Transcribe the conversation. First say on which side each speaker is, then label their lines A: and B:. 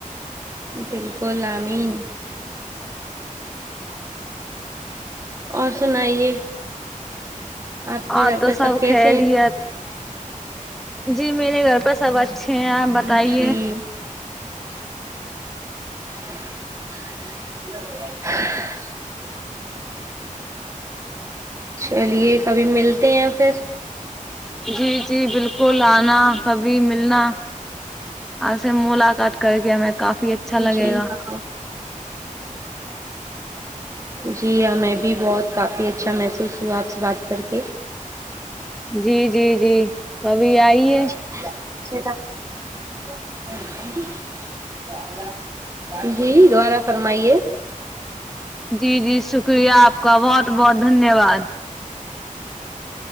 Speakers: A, on the right; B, in the centre.
A: بلکل آمین اور سنائیے آپ کے
B: آں
A: گھر
B: تو
A: پہ
B: سب
A: کیسے
B: خیریت
A: ہیں
B: جی میرے گھر پہ سب اچھے ہیں آپ بتائیے
A: جی <inaudible> چلیے کبھی ملتے ہیں پھر
B: جی جی بالکل آنا کبھی ملنا آپ سے ملاقات کر کے ہمیں کافی اچھا لگے
A: جی
B: گا
A: ہاں جی ہمیں بھی بہت کافی اچھا محسوس ہوا آپ سے بات کر کے
B: جی جی جی کبھی آئیے
A: <unintelligible> جی دوبارہ فرمائیے
B: جی جی شکریہ آپ کا بہت بہت دھنی واد